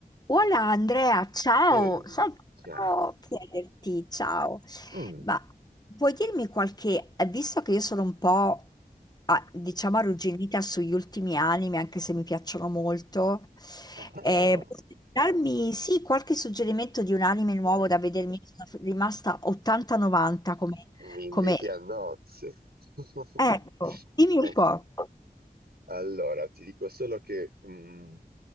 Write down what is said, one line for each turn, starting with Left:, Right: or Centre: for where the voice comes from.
Left: Hola Andrea, ciao,
Right: Ehi,
Left: sai che
Right: cioè,
Left: volevo chiederti, ciao,
Right: mm,
Left: ma puoi dirmi qualche, visto che io sono un po', ah, diciamo, arrugginita sugli ultimi anime, anche se mi piacciono molto,
Right: ah,
Left: eh, puoi darmi, sì, qualche suggerimento di un anime nuovo
Right: oh,
Left: da vedermi? Sono rimasta 80-90 come,
Right: mi inviti
Left: come-
Right: a nozze. <laughs>
Left: ecco, dimmi un po'.
Right: Allora, ti dico solo che mm,